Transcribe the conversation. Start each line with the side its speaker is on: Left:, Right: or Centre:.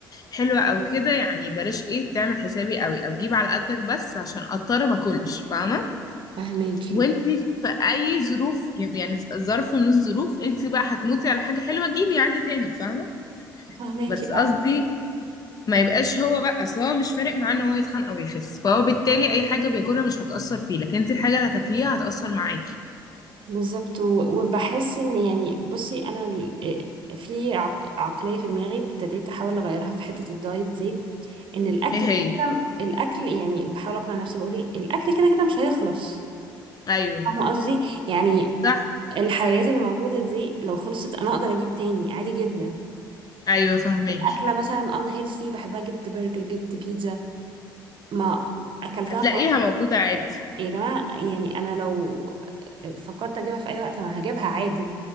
Left: حلوة او كده يعني بلاش ايه تعمل حسابي قوي او جيب على قدك بس عشان اضطر ما اكلش فاهمة
Right: فهماكي
Left: وانت في اي ظروف يعني ظرف من الظروف انت بقى هتموتي على حاجة حلوة جيبي عادي تاني فاهمة
Right: فهماكي
Left: بس قصدي
Right: اه
Left: ما يبقاش هو بقى اصل هو مش فارق معاه ان هو يتخن او يخس فهو بالتالي اي حاجة بياكلها مش هتأثر فيه لكن انت الحاجة اللي هتاكليها هتأثر معاكي
Right: بالظبط و- وبحس ان يعني بصي انا ال- آه، في عق- عقليه في دماغي ابتديت احاول اغيرها في حته الدايت دي ان الاكل
Left: ايه هي
Right: كده الاكل يعني بحاول اقنع نفسي بقول ايه الاكل كده كده مش هيخلص
Left: ايوه
Right: فاهمه قصدي يعني
Left: صح
Right: الحلويات اللي موجوده دي لو خلصت انا اقدر اجيب تاني عادي جدا
Left: ايوه فهماكي
Right: اكله مثلا ان هيلثي بحبها جبت برجر جبت بيتزا ما اكلتها
Left: هتلاقيها
Right: خلاص
Left: موجودة عادي
Right: يا جماعه يعني انا لو فكرت اجيبها في اي وقت ما هجيبها عادي